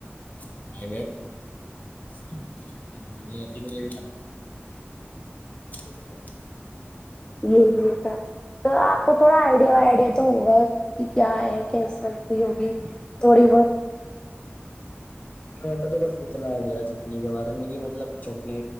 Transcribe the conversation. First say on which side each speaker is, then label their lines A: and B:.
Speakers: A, on the left (about 35°); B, on the left (about 20°).
A: م وب ہاں میں تو چٹنی بنتی م بھی تھم
B: جی جی سر تو آپ کو تھوڑا آئیڈیا وئیڈیا تو ہوگا کہ کیا ہے کیس مندی ہوگی تھوڑی بہت
A: میں ہو تو بس اتنا آئیڈیا چٹنی کے بارے میں کہ مطلب چٹنی